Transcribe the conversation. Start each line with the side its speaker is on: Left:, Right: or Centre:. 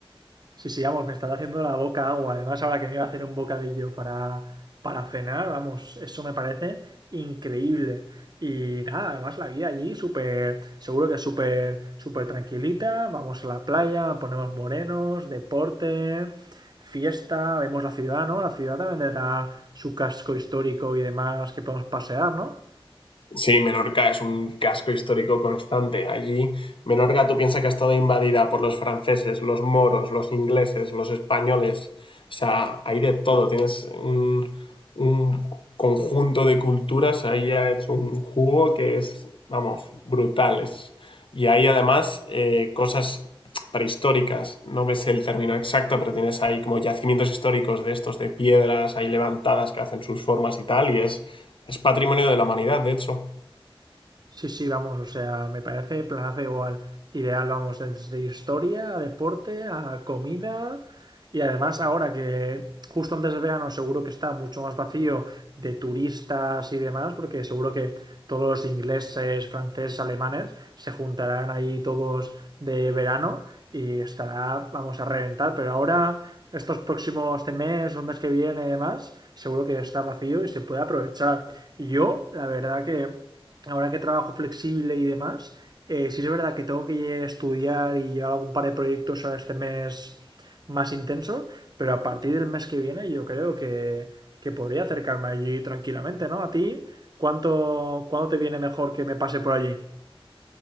Right: Sí, sí, vamos, me está haciendo la boca agua. Además, ahora que me iba a hacer un bocadillo para, para cenar, vamos, eso me parece increíble. Y nada, además la vida allí súper, seguro que súper, súper tranquilita. Vamos a la playa, ponemos morenos, deporte, fiesta, vemos la ciudad, ¿no? La ciudad también tendrá su casco histórico y demás que podemos pasear, ¿no?
Left: Sí, Menorca es un casco histórico constante. Allí, Menorca, tú piensas que ha estado invadida por los franceses, los moros, los ingleses, los españoles. O sea, hay de todo. Tienes un, un conjunto de culturas. Ahí ha hecho un jugo que es, vamos, brutal. Es- y hay además eh, cosas prehistóricas. No me sé el término exacto, pero tienes ahí como yacimientos históricos de estos, de piedras ahí levantadas que hacen sus formas y tal. Y es, es patrimonio de la humanidad, de hecho.
Right: Sí, sí, vamos, o sea, me parece planazo igual. Ideal, vamos, desde historia a deporte a comida. Y además, ahora que justo antes de verano seguro que está mucho más vacío de turistas y demás, porque seguro que todos los ingleses, franceses, alemanes se juntarán ahí todos de verano y estará, vamos a reventar. Pero ahora, estos próximos, este mes o el mes que viene y demás, seguro que está vacío y se puede aprovechar. Yo, la verdad que ahora que trabajo flexible y demás, eh, sí es verdad que tengo que estudiar y llevar algún par de proyectos ahora este mes más intenso, pero a partir del mes que viene yo creo que, que podría acercarme allí tranquilamente, ¿no? A ti, ¿cuánto, ¿cuándo te viene mejor que me pase por allí?